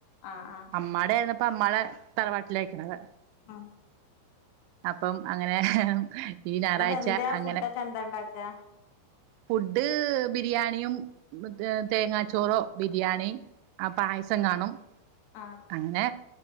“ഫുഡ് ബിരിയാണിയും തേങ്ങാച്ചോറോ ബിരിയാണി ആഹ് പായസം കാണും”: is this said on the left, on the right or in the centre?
Right